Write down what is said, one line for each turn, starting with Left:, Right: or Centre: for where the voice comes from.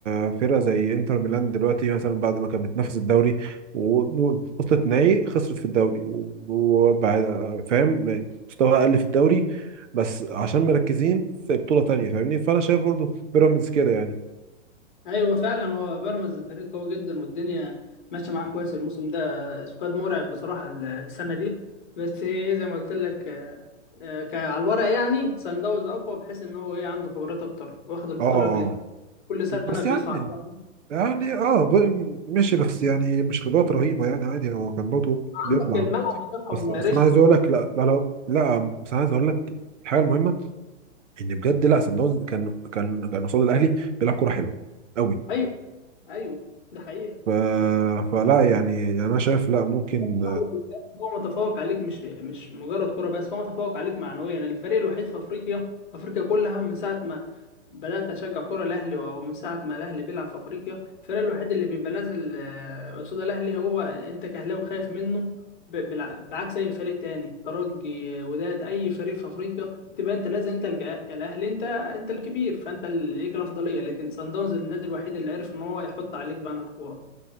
Right: آه، فرقه زي انتر ميلان دلوقتي مثلا بعد ما كانت بتنافس الدوري و- ووصلت نهائي خسرت في الدوري و- وبعد فاهم مستوى اقل في الدوري بس عشان مركزين في بطوله تانيه فاهمني فانا شايف برضو بيراميدز كده يعني
Left: ايوه فعلا هو بيراميدز فريق قوي جدا والدنيا ماشيه معاه كويس الموسم ده سكواد مرعب بصراحه السنه دي بس هي ايه زي ما قلت لك آه، آه، ك- على الورق يعني سان داونز اقوى بحيث ان هو ايه عنده خبرات اكتر واخد البطوله
Right: اه آه.
Left: قبل كده. كل سنه
Right: بس
Left: بيصعد
Right: يعني
Left: يعني
Right: يعني اه ب- ماشي بس يعني مش خبرات رهيبه يعني عادي هو كان برضه بيطلع
Left: عندك الملعب بتاعهم
Right: بس
Left: رخم
Right: بس انا عايز اقول لك لا لا لا لا بس انا عايز اقول لك الحاجه المهمه ان بجد لا سان داونز كان كان كان قصاد الاهلي بيلعب كوره حلوه قوي
Left: ايوه ايوه ده حقيقه
Right: ف... فلا يعني يعني انا شايف لا ممكن
Left: الأهلي بالذات هو متفوق عليك مش مش مجرد كره بس هو متفوق عليك معنويا الفريق الوحيد في افريقيا في افريقيا كلها من ساعه ما بدأت أشجع كرة الأهلي ومن ساعة ما الأهلي بيلعب في أفريقيا الفريق الوحيد اللي بيبقى نازل آه، قصاد الأهلي هو أنت كأهلاوي خايف منه ب- بالع- بعكس أي فريق تاني ترجي آه، وداد أي فريق في أفريقيا تبقى أنت لازم أنت الك- كالأهلي أنت أنت الكبير فأنت اللي ليك الأفضلية لكن صن داونز النادي الوحيد اللي عرف إن هو يحط عليك بان الكورة